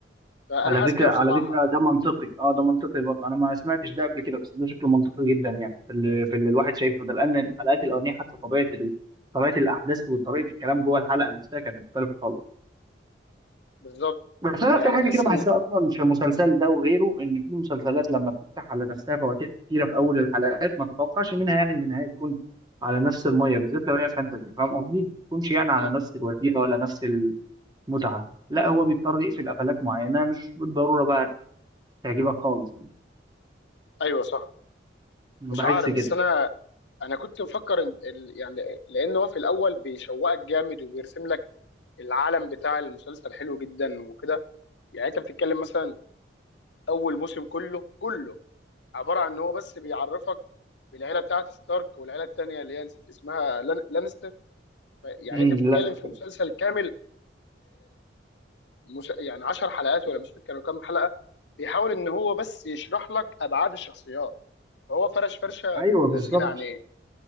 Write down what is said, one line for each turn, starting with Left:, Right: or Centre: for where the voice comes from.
Left: فانا
Right: على
Left: حاسس
Right: فكره
Left: كده بصراحه
Right: على فكره ده منطقي اه ده منطقي برضه انا ما سمعتش ده قبل كده بس ده شكله منطقي جدا يعني في اللي, في اللي الواحد
Left: مم.
Right: شايفه ده لان الحلقات الاولانيه حتى طبيعه ال... طبيعه الاحداث وطريقه الكلام جوه الحلقه نفسها كانت مختلفه خالص
Left: بالظبط
Right: بس انا
Left: يعني
Right: في حاجه
Left: تحس
Right: كده بحسها
Left: ان
Right: اصلا في المسلسل ده وغيره ان في المسلسلات لما بتفتح على نفسها فواتير كتيره في اول الحلقات ما تتوقعش منها يعني ان النهايه تكون على نفس الميه بالذات لو هي فانتزي فاهم قصدي ما تكونش يعني على
Left: مم.
Right: نفس الوتيره ولا نفس المتعه لا هو بيضطر يقفل قفلات معينه مش بالضروره بقى تعجبك خالص يعني
Left: ايوه صح
Right: أنا
Left: مش
Right: بحس
Left: عارف
Right: كده
Left: بس انا انا كنت مفكر إن ال... يعني لان هو في الاول بيشوقك جامد وبيرسم لك العالم بتاع المسلسل حلو جدا وكده يعني انت بتتكلم مثلا اول موسم كله كله عباره عن ان هو بس بيعرفك بالعيله بتاعه ستارك والعيله التانيه اللي هي نسيت اسمها لان... لانستر يعني
Right: امم
Left: انت بتتكلم
Right: لا لا
Left: في
Right: كويس
Left: مسلسل كامل مش يعني 10 حلقات ولا مش فاكر كانوا كام حلقه بيحاول ان هو بس يشرح لك ابعاد الشخصيات فهو فرش فرشه
Right: ايوه
Left: بنت
Right: بالظبط
Left: لذينه عن ايه